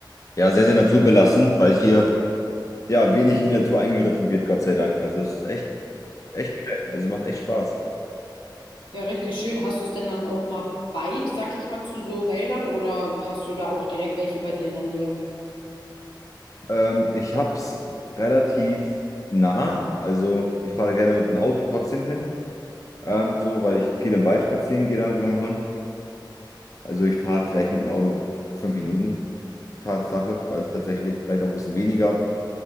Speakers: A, on the left; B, on the left.
A: ja, sehr, sehr naturbelassen, weil hier ja wenig in die Natur eingegriffen wird, Gott sei Dank. Also es ist echt, echt geil. Also macht echt Spaß.
B: Ja, richtig schön. Hast du es denn dann auch immer weit, sag ich mal, zu so Wäldern oder hast du da auch direkt welche bei dir in der Nähe?
A: Ähm, ich habe es relativ nah, also ich fahre gerne mit dem Auto trotzdem hin, ähm, so, weil ich viel im Wald spazieren gehe da mit meinem Hund. Also ich fahre vielleicht mit dem Auto fünf Minuten, Tatsache. Also tatsächlich
B: Das
A: vielleicht auch ein bisschen weniger.